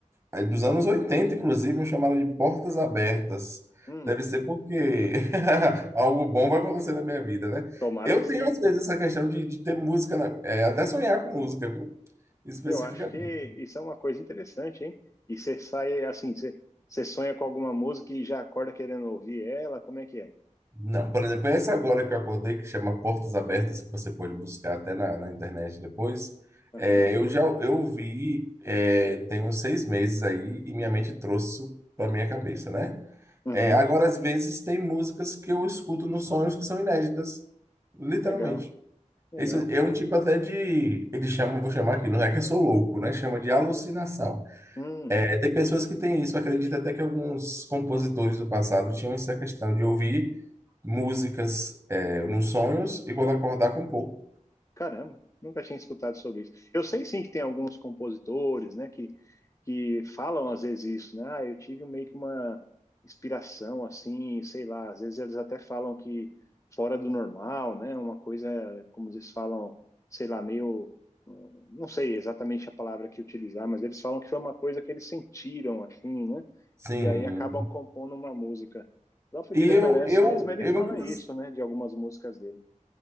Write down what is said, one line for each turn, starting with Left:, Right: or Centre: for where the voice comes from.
Right: eh, dos anos 80, inclusive, chamada de Portas Abertas.
Left: <laughs> Hum.
Right: Deve ser porque <laughs> algo bom vai acontecer na minha vida, né?
Left: Tomara
Right: Eu
Left: que sim.
Right: tenho, às vezes, essa questão de, de ter música, na- eh, até sonhar com música, viu? especificamente.
Left: Eu acho que isso é uma coisa interessante, hein? E você sai assim, você, você sonha com alguma música e já acorda querendo ouvir ela? Como é que é?
Right: Não, por exemplo, essa agora que eu acordei, que chama Portas Abertas, que você pode buscar até na, na internet depois,
Left: Aham,
Right: é, eu já eu vi é, tem uns seis meses aí e minha mente trouxe isso para minha cabeça, né?
Left: uhum.
Right: É, agora, às vezes, tem músicas que eu escuto nos sonhos que são inéditas, literalmente.
Left: Legal, legal.
Right: Isso é um tipo até de, eles chamam, vou chamar aqui, não é que eu sou louco, né? Chama de alucinação.
Left: Hum.
Right: Tem pessoas que têm isso, acredito até que alguns compositores do passado tinham essa questão de ouvir músicas é, nos sonhos e quando acordar compor.
Left: Caramba, nunca tinha escutado sobre isso. Eu sei sim que tem alguns compositores, né, que, que falam às vezes isso, né? Ah, eu tive meio que uma inspiração assim, sei lá, às vezes eles até falam que fora do normal, né? Uma coisa, como eles falam, sei lá, meio hum, não sei exatamente a palavra que utilizar, mas eles falam que foi uma coisa que eles sentiram assim, né?
Right: Sim.
Left: E aí acabam compondo uma música. O próprio
Right: E
Left: Guilherme
Right: eu,
Left: Arantes
Right: eu,
Left: mesmo, ele
Right: eu,
Left: fala
Right: inclus-
Left: isso, né, de algumas músicas dele.